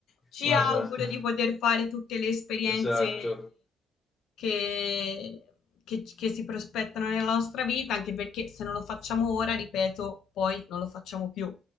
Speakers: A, on the left; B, on the left.
A: ci
B: Guarda,
A: auguro
B: sp-
A: di poter fare tutte le esperienze
B: Esatto.
A: che, che- che si prospettano nella nostra vita, anche perché se non lo facciamo ora, ripeto, poi non lo facciamo più.